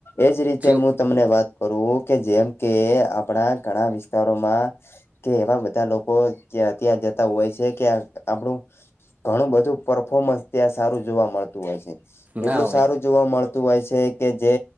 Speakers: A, on the left; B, on the right.
A: એજ રીતે
B: ચેવું
A: તમને વાત કરું કે જેમ કે આપણા ઘણા વિસ્તા વિસ્તારોમાં કે એવા બધા લોકો જ્યાંત્યાં જતા હોય છે કે આપણું ઘણું બધું પરફોર્મન્સ ત્યાં સારું જોવા મળતું હોય છે
B: ના
A: એટલું
B: હોય
A: સારું જોવા મળતું હોય છે કે જે